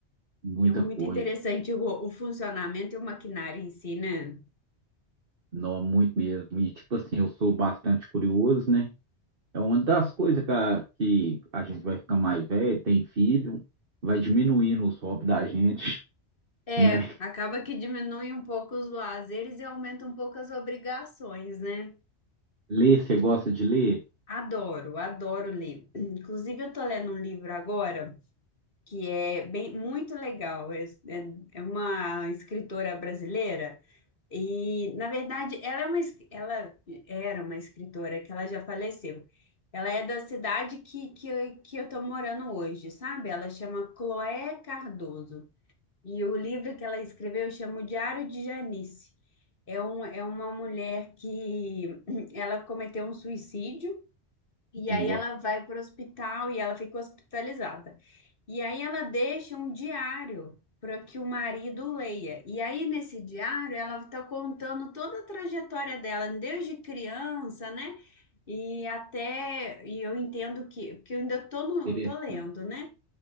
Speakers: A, on the right (about 50°); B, on the left (about 50°).
A: muita
B: É muito
A: coisa.
B: interessante o, o funcionamento e o maquinário em si, né?
A: Não, é muito mesmo. E tipo assim, eu sou bastante curioso, né? É uma das coisas que a, que a gente vai ficar mais velho, tem filho, vai diminuindo os hobbies da gente, <laughs>
B: É,
A: né?
B: acaba que diminui um pouco os lazeres e aumenta um pouco as obrigações, né?
A: Ler, você gosta de ler?
B: Adoro, adoro ler. <clears throat> Inclusive, eu tô lendo um livro agora que é bem muito legal. É, é- é uma escritora brasileira e, na verdade, ela é uma, es- ela era uma escritora que ela já faleceu. Ela é da cidade que, que, eu- que eu tô morando hoje, sabe? Ela chama Cloé Cardoso. E o livro que ela escreveu chama O Diário de Janice. É, um, é uma mulher que <clears throat> ela cometeu um suicídio. E
A: Nossa,
B: aí ela vai para o hospital e ela fica hospitalizada. E aí ela deixa um diário para que o marido leia. E aí nesse diário ela está contando toda a trajetória dela, desde criança, né? E até, e eu entendo que, porque eu ainda tô, no,
A: interessante.
B: tô lendo, né?